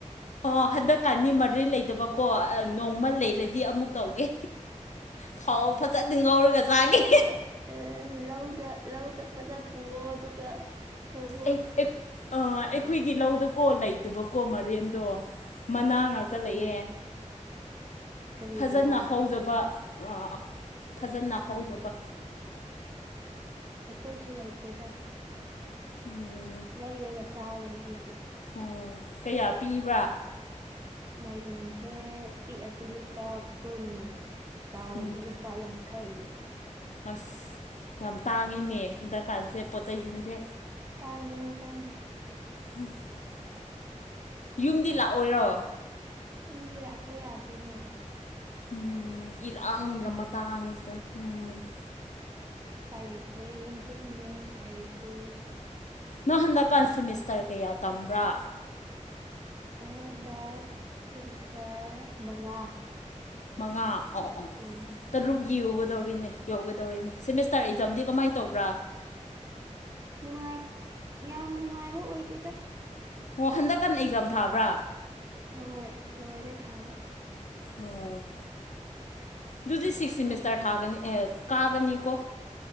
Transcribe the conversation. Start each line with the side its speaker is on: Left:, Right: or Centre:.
Left: ꯑꯣ ꯍꯟꯗꯛꯀꯅꯤ ꯃꯔꯤꯟ ꯂꯩꯇꯕꯀꯣ ꯅꯣꯡꯃ ꯂꯩꯔꯗꯤ ꯑꯃꯨꯛ ꯇꯧꯒꯦ ꯊꯥꯎ ꯐꯖꯅ ꯉꯧꯔꯒ ꯆꯥꯒꯦ
Right: ꯑꯍꯥ-ꯑꯍꯥ <unintelligible> ꯂꯧꯗ-ꯂꯧ ꯆꯠꯄꯗ ꯄꯨꯋꯣ ꯑꯗꯨꯒ ꯊꯣꯡꯉꯣ
Left: ꯑꯦ-ꯑꯦ ꯑꯥ ꯑꯦ ꯑꯩꯈꯣꯏꯒꯤ ꯂꯧꯗꯀꯣ ꯂꯩꯇꯕꯀꯣ ꯃꯔꯤꯟꯗꯣ ꯃꯅꯥ
Right: ꯑꯥ
Left: ꯉꯥꯛꯇ
Right: ꯀꯔꯤ
Left: ꯂꯩꯌꯦ
Right: ꯀꯔꯤꯒꯤꯔꯥ
Left: ꯐꯖꯅ ꯍꯧꯗꯕ ꯑꯥ-ꯑꯥ-ꯑꯥ ꯐꯖꯅ
Right: ꯑꯣ
Left: ꯍꯧꯗꯕ
Right: ꯑꯩꯈꯣꯏꯁꯨ ꯂꯩꯇꯦꯗ
Left: ꯎꯝ <inaudible>
Right: ꯂꯩꯔꯒ ꯆꯥꯕꯅꯦ ꯑꯩꯗꯤ
Left: ꯑꯣ ꯀꯌꯥ ꯄꯤꯕꯥ
Right: ꯃꯥꯏꯔꯦꯟꯖꯦ ꯄꯤꯛꯑꯗꯤ ꯂꯨꯄꯥ ꯀꯨꯟ ꯆꯥꯎꯔꯗꯤ
Left: ꯎꯝ
Right: ꯂꯨꯄꯥ ꯌꯥꯡ ꯈꯩ
Left: ꯑꯁ ꯌꯥꯝ ꯇꯥꯡꯉꯤꯎꯦ ꯗꯀꯥꯟꯖꯦ ꯄꯣꯠꯆꯩꯍꯤꯡꯖꯦ
Right: ꯇꯥꯡꯉꯦ-ꯇꯥꯡꯉꯦ
Left: ꯎꯝ <inaudible> ꯌꯨꯝꯗꯤ ꯂꯥꯛꯑꯣꯏꯔꯣ
Right: ꯏꯟꯗꯤ ꯂꯥꯛꯄ ꯌꯥꯗ꯭ꯔꯦꯅꯦ
Left: ꯎꯝ <inaudible> ꯏꯔꯥꯡꯒ
Right: ꯐꯔꯛ ꯇꯥꯔꯦꯅꯦ
Left: ꯃꯇꯥꯡꯖꯤꯗ ꯎꯝ <inaudible>
Right: ꯄꯥꯏ ꯂꯩꯇ꯭ꯔꯦ ꯌꯨꯝ ꯆꯠꯅꯤꯡꯉꯦ ꯎꯄꯥꯏ ꯂꯩꯇ꯭ꯔꯦ
Left: ꯅꯪ ꯍꯟꯗꯛꯀꯥꯟꯁꯤ ꯁꯤꯃꯤꯁꯇꯔ ꯀꯌꯥ ꯇꯝꯕ꯭ꯔꯥ
Right: ꯑꯩ ꯍꯟꯗꯛ ꯁꯤꯃꯤꯁꯇꯔ ꯃꯉꯥ
Left: ꯃꯉꯥ ꯑꯣ ꯑꯣ
Right: ꯎꯝ
Left: ꯇ ꯔꯨꯒ ꯧꯗꯧꯔꯤꯅꯦ ꯌꯧꯒꯗꯧꯔꯤꯅꯦ ꯁꯤꯦꯃꯤꯁꯇꯔ ꯑꯦꯛꯖꯥꯝꯗꯤ ꯀꯃꯥꯏꯅ ꯇꯧꯕ꯭ꯔꯥ
Right: ꯅꯨꯡꯉꯥꯏ ꯌꯥꯝ ꯅꯨꯡꯉꯥꯏꯕ ꯑꯣꯏꯗꯦꯗ
Left: ꯍꯟꯗꯛ ꯀꯟꯅ ꯑꯦꯛꯖꯥꯝ ꯊꯥꯕ꯭ꯔꯥ
Right: ꯍꯣꯏ ꯂꯔꯦ ꯊꯥꯕ
Left: ꯑꯣꯝ ꯑꯗꯨꯗꯤ ꯁꯤꯛꯁꯁꯤ
Right: ꯅꯨ
Left: ꯏꯁꯇꯥꯔꯠ ꯊꯥꯒꯅꯤ ꯑꯦ ꯀꯥꯒꯅꯤꯀꯣ